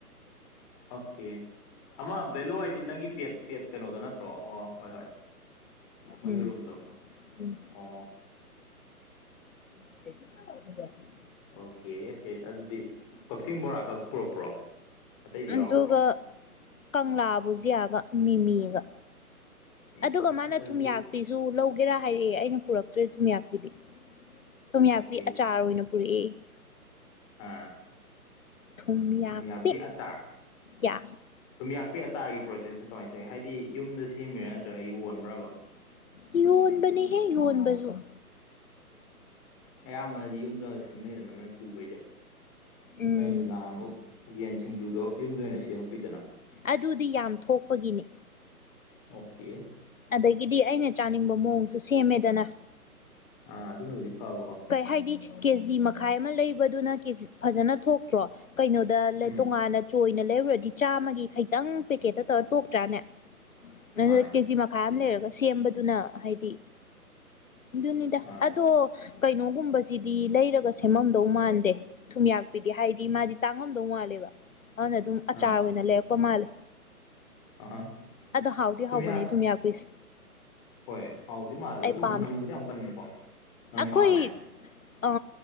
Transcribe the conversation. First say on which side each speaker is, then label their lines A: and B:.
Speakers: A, on the left; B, on the left.
A: ꯑꯣꯀꯦ ꯑꯃ ꯚꯦꯂꯨ ꯍꯥꯏꯗꯤ ꯅꯪꯒꯤ ꯄꯦꯠ ꯄꯦꯠ ꯀꯩꯅꯣꯗꯣ ꯅꯠꯇ꯭ꯔꯣ ꯑꯣ ꯍꯣꯏ ꯍꯣꯏ ꯃꯣꯏꯒꯤ
B: ꯎꯝ
A: ꯔꯨꯝꯗꯣ
B: ꯎꯝ
A: ꯑꯣ
B: <unintelligible>
A: ꯑꯣꯀꯦ ꯌꯦꯁ ꯑꯗꯨꯗꯤ ꯀꯛꯆꯤꯡ ꯕꯣꯔꯥꯈꯛ ꯄꯨꯔꯛꯄ꯭ꯔꯣ ꯑꯇꯩꯗꯤ
B: ꯑꯗꯨꯒ
A: ꯌꯥꯎꯔꯛꯇ꯭ꯔꯣ
B: ꯀꯪꯂꯥꯕꯨꯖ ꯌꯥꯒ ꯃꯤꯃꯤꯒ
A: ꯑꯦ
B: ꯑꯗꯨꯒ
A: ꯃꯤ
B: ꯃꯥꯅ
A: ꯑꯁ ꯑꯗꯨꯗꯤ
B: ꯊꯨꯝ ꯌꯥꯛꯄꯤꯁꯦ ꯁꯨ ꯂꯧꯒꯦꯔꯥ ꯍꯥꯏꯔꯛꯑꯦ ꯑꯩꯅ ꯄꯨꯔꯛꯇ꯭ꯔꯣꯏꯦ ꯊꯨꯝꯌꯥꯛꯄꯤꯗꯤ ꯊꯨꯝꯌꯥꯛꯄꯤ
A: ꯑꯣꯀꯦ
B: ꯑꯆꯥꯔ ꯑꯣꯏꯅ ꯄꯨꯔꯏ
A: ꯑꯥ
B: ꯊꯨꯝꯌꯥꯛꯄꯤ
A: ꯊꯨꯝꯃꯤꯌꯥꯄꯤ ꯑꯆꯥꯔ
B: ꯌꯥ
A: ꯊꯨꯝꯌꯥꯛꯄꯤ ꯑꯆꯥꯔꯒꯤ ꯄ꯭ꯔꯣꯁꯦꯁꯁꯦ ꯀꯃꯥꯏꯅ ꯇꯧꯋꯤ ꯍꯥꯏꯗꯤ ꯌꯨꯝꯗ ꯁꯦꯝꯃꯤꯔꯥ ꯅꯠꯇ꯭ꯔꯒ ꯌꯣꯟꯕ꯭ꯔꯕ
B: ꯌ ꯌꯣꯟꯕꯅꯦ ꯍꯦ ꯌꯟꯕꯖꯣꯟ
A: ꯑꯌꯥꯝꯕꯅꯗꯤ ꯌꯨꯝꯗ ꯁꯦꯝꯅꯩꯗꯅ ꯅꯣꯏ ꯄꯨꯕꯩꯗꯤ
B: ꯎꯝ
A: ꯅꯣꯏ ꯖꯨꯅꯥ ꯑꯃꯨꯛ ꯌꯦꯟ ꯁꯤꯡꯖꯨꯗꯣ ꯌꯨꯝꯗ ꯑꯣꯏꯅ ꯁꯦꯝꯃ ꯀꯨꯏꯗꯅ
B: ꯑꯗꯨꯗꯤ ꯌꯥꯝ ꯊꯣꯛꯄꯒꯤꯅꯤ
A: ꯑꯣꯀꯦ
B: ꯑꯗꯒꯤꯗꯤ ꯑꯩꯅ ꯆꯥꯅꯤꯡꯕ ꯃꯑꯣꯡꯁꯨ ꯁꯦꯝꯃꯦꯗꯅ
A: ꯑꯥ ꯑꯗꯨꯅꯕꯨꯗꯤ ꯐꯕꯀꯣ
B: ꯀꯩ ꯍꯥꯏꯗꯤ ꯀꯦꯖꯤ ꯃꯈꯥꯏ ꯑꯃ ꯂꯩꯕꯗꯨꯅ ꯀꯦꯖꯤ ꯐꯖꯅ ꯊꯣꯛꯇ꯭ꯔꯣ ꯀꯩꯅꯣꯗ
A: ꯎꯝ
B: ꯇꯣꯉꯥꯟꯅ ꯆꯣꯏꯅ ꯂꯩꯔꯨꯔꯗꯤ ꯆꯥꯝꯃꯒꯤ ꯈꯇꯪ ꯄꯦꯀꯦꯠꯇ ꯇꯧꯔ ꯇꯣꯛꯇ꯭ꯔꯥꯅꯦ
A: ꯃꯥꯅꯦ
B: ꯑꯗꯨ ꯀꯦꯖꯤ ꯃꯈꯥꯏ
A: ꯆꯨꯝꯃꯦ
B: ꯑꯃ ꯂꯩꯔꯒ ꯁꯦꯝꯕꯗꯨꯅ ꯍꯥꯏꯗꯤ ꯑꯗꯨꯅꯤꯗ
A: ꯑꯥ
B: ꯑꯗꯣ ꯀꯩꯅꯣꯒꯨꯝꯕꯁꯤꯗꯤ ꯂꯩꯔꯒ ꯁꯦꯝꯃꯝꯗꯧ ꯃꯥꯟꯗꯦ ꯊꯨꯝꯌꯥꯛꯄꯤꯗꯤ ꯍꯥꯏꯗꯤ ꯃꯥꯗꯤ ꯇꯥꯡꯉꯝꯗꯧ ꯃꯥꯜꯂꯦꯕ ꯑꯗꯨꯅ ꯑꯗꯨꯝ ꯑꯆꯥꯔ
A: ꯑꯥ
B: ꯑꯣꯏꯅ ꯂꯩꯔꯛꯄ ꯃꯥꯜꯂꯦ
A: ꯑꯍꯤ
B: ꯑꯗꯣ ꯍꯥꯎꯗꯤ
A: ꯊꯨꯝꯌꯥꯛ
B: ꯍꯥꯎꯕꯅꯦ ꯊꯨꯝꯌꯥꯛꯄꯤꯁꯦ
A: ꯍꯣꯏ ꯍꯥꯎꯗꯤ ꯃꯥꯜꯂꯦ
B: ꯑꯩ
A: ꯑꯗꯨꯝ
B: ꯄꯥꯝꯃꯦ
A: ꯃꯅꯝꯕꯨꯗꯤ ꯌꯥꯝ ꯀꯟꯕꯀꯣ ꯅꯪ
B: ꯑꯩꯈꯣꯏ
A: ꯄꯥꯝꯃꯦ
B: ꯑ